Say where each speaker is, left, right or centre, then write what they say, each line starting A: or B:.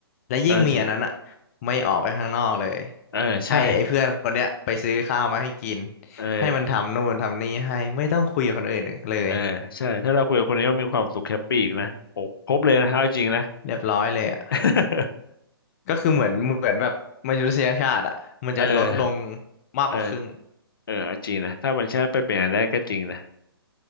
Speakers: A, on the left (about 35°); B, on the left (about 60°).
A: และยิ่งมีอันนั้นอะ
B: เออจริง
A: ไม่ออกไปข้างนอกเลย
B: เออใช่
A: ให้ไอ้เพื่อนคนเนี้ยไปซื้อข้าวมาให้กิน
B: เออ
A: ให้มันทำนู่นทำนี่ให้ไม่ต้องคุยกับคนอื่นเลย
B: เออใช่ถ้าเราคุยกับคนนี้ว่ามีความสุขแฮปปี้อีกนะโอ้ครบเลยนะเอาจริงนะ
A: เรียบร้อยเลยอ่ะ
B: <laughs>
A: ก็คือเหมือนเหมือนแบบมนุษยชาติอ่ะมันจะลดลง
B: เออ
A: มากกว่าครึ่ง
B: เออเออเอาจริงนะถ้ามันใช่ไปเป็นอย่างนั้นได้ก็จริงนะ